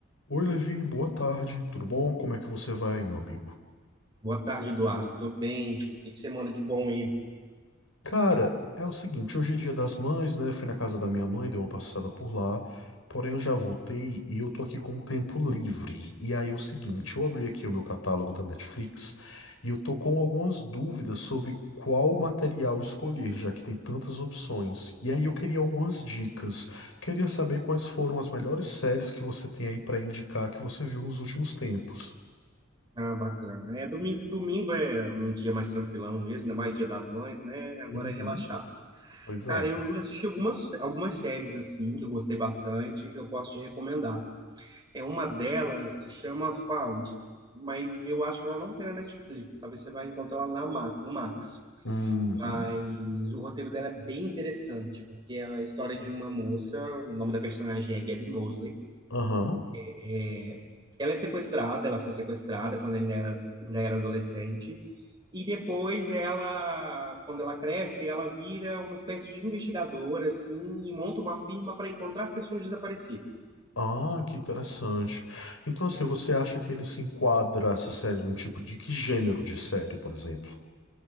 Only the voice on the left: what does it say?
Oi, Levi, boa tarde, tudo bom? Como é que você vai, meu amigo?
Cara, é o seguinte, hoje é dia das mães, né? Fui na casa da minha mãe, dei uma passada por lá, porém eu já voltei e eu tô aqui com o tempo livre. E aí, o seguinte, eu abri aqui o meu catálogo da Netflix e eu tô com algumas dúvidas sobre qual material escolher, já que tem tantas opções. E aí, eu queria algumas dicas. Queria saber quais foram as melhores séries que você tem aí pra indicar que você viu nos últimos tempos.
Uhum,
pois
é.
Uhum.
Aham.
Ah, que interessante. Então, assim,
você acha que ele se enquadra essa série num tipo de que gênero de série, por exemplo?